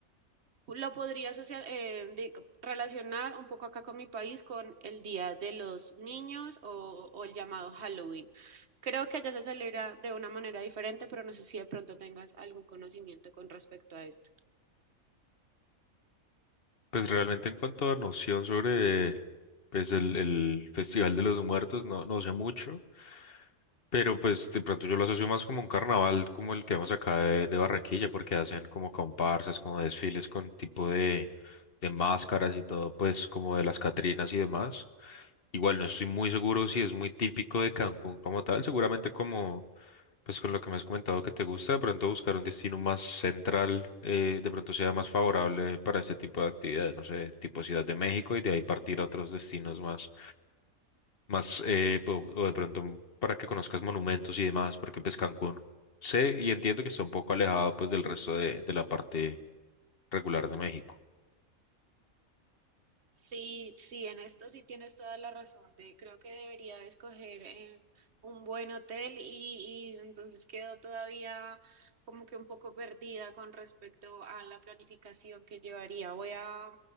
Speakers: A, on the right; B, on the left.
A: lo podría social- eh, de- relacionar un poco acá con mi país con el Día de los Niños o, o el llamado Halloween. Creo que allá se celebra de una manera diferente, pero no sé si de pronto tengas algún conocimiento con respecto a esto.
B: Pues realmente en cuanto a noción sobre pues el, el Festival de los Muertos, no, no sé mucho, pero pues de pronto yo lo asocio más como un carnaval como el que vemos acá de, de Barranquilla, porque hacen como comparsas, como desfiles con tipo de, de máscaras y todo, pues como de las Catrinas y demás. Igual no estoy muy seguro si es muy típico de Cancún como tal, seguramente como pues con lo que me has comentado que te gusta, de pronto buscar un destino más central, eh, de pronto sea más favorable para este tipo de actividades, no sé, tipo Ciudad de México y de ahí partir a otros destinos más, más eh, po- o de pronto para que conozcas monumentos y demás, porque pues Cancún sé y entiendo que está un poco alejado pues del resto de, de la parte regular de México.
A: Sí, sí, en esto sí tienes toda la razón. De, creo que debería de escoger eh, un buen hotel y, y entonces quedo todavía como que un poco perdida con respecto a la planificación que llevaría. Voy a